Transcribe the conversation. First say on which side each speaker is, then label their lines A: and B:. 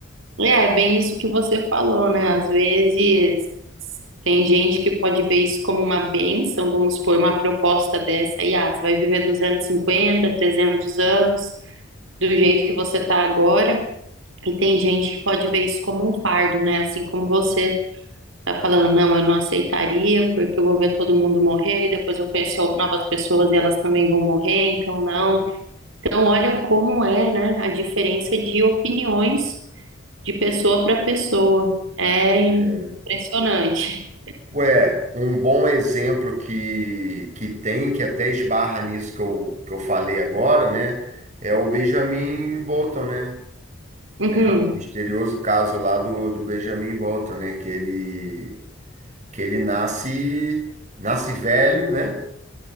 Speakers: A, on the right; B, on the right.
A: É, é bem isso que você falou, né? Às vezes. Tem gente que pode ver isso como uma bênção, vamos supor, uma proposta dessa aí, ah, você vai viver 250, 300 anos do jeito que você está agora. E tem gente que pode ver isso como um fardo, né? Assim como você está falando, não, eu não aceitaria, porque eu vou ver todo mundo morrer, e depois eu conhecer novas pessoas e elas também vão morrer, então não. Então, olha como é, né, a diferença de opiniões de pessoa para pessoa. É impressionante.
B: É. Ué, um bom exemplo que, que tem, que até esbarra nisso que eu, que eu falei agora, né? É o Benjamin Bolton, né?
A: Uhum.
B: Né? O misterioso caso lá do, do Benjamin Bolton, né? Que ele que ele nasce, nasce velho, né?